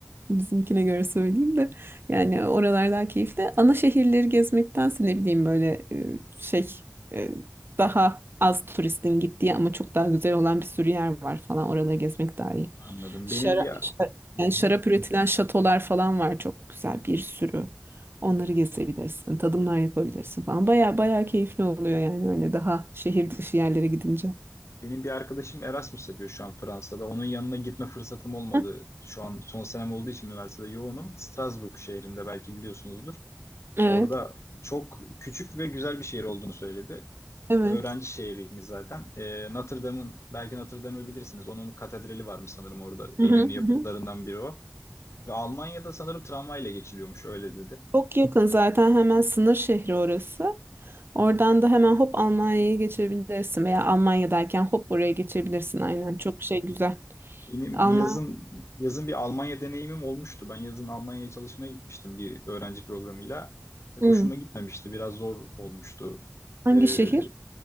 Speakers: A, on the right; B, on the left.
A: Bizimkine göre söyleyeyim de yani oralar daha keyifli. Ana şehirleri gezmektense ne bileyim böyle e, şey e, daha az turistin gittiği ama çok daha güzel olan bir sürü yer var falan oraları gezmek daha iyi.
B: Anladım.
A: Şarap,
B: Benim bir Hı-hı.
A: yani şarap üretilen şatolar falan var çok güzel bir sürü. Onları gezebilirsin, tadımlar yapabilirsin falan. Baya baya keyifli oluyor yani öyle daha şehir dışı yerlere gidince.
B: Benim bir arkadaşım Erasmus yapıyor şu an Fransa'da. Onun yanına gitme fırsatım olmadı.
A: Heh.
B: Şu an son senem olduğu için üniversitede yoğunum. Strasbourg şehrinde belki biliyorsunuzdur.
A: Evet,
B: Orada çok küçük ve güzel bir şehir olduğunu söyledi.
A: evet.
B: Ve Öğrenci şehriymiş zaten. Ee, Notre Dame'ın, belki Notre Dame'ı bilirsiniz. Onun katedrali varmış sanırım orada. En
A: Hı hı,
B: ünlü
A: hı
B: yapıtlarından
A: hı.
B: biri o. Ve Almanya'da sanırım tramvayla geçiliyormuş öyle dedi.
A: Çok yakın zaten hemen sınır şehri orası. Oradan da hemen hop Almanya'ya geçebilirsin veya Almanya'dayken hop buraya geçebilirsin aynen. Çok şey güzel.
B: Benim
A: Alman
B: yazın yazın bir Almanya deneyimim olmuştu. Ben yazın Almanya'ya çalışmaya gitmiştim bir öğrenci programıyla. Pek
A: Hmm.
B: hoşuma gitmemişti. Biraz zor olmuştu.
A: Hangi
B: Ee,
A: şehir?